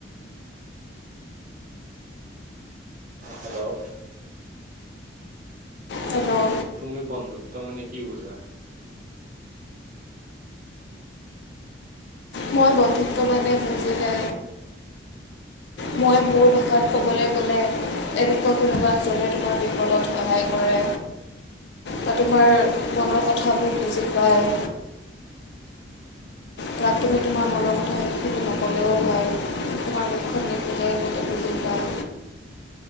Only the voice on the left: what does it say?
হেল্ল'?
মই বন্ধুত্ব মানে বুজিলে মই মোৰ ভাষাত ক'বলৈ গ'লে এনেকুৱা কোনোবা এজনে তোমাৰ বিপদত সহায় কৰে। বা তোমাৰ মনৰ কথাবোৰ বুজি পায়। তাক তুমি তোমাৰ মনৰ কথাখিনি খুলি নক'লেও হয়, তোমাৰ মুখখন দেখিলেই বুজি পায়